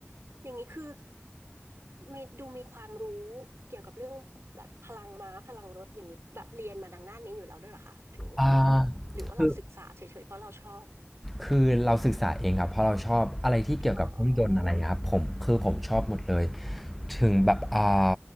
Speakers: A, on the right; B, in the centre.
A: อย่างนี้คือมีดูมีความรู้เกี่ยวกับเรื่องแบบพลังม้าพลังรถอย่างนี้แบบเรียนมาดังด้านนี้อยู่แล้วด้วยเหรอคะถึงได้แบบหรือว่าเราศึกษาเฉยๆเพราะเราชอบ
B: อ่าคือ คือเราศึกษาเองครับเพราะเราชอบอะไรที่เกี่ยวกับเครื่องยนต์อะไรครับผมคือผมชอบหมดเลย
A: อ๋อ
B: ถึงแบบอ่า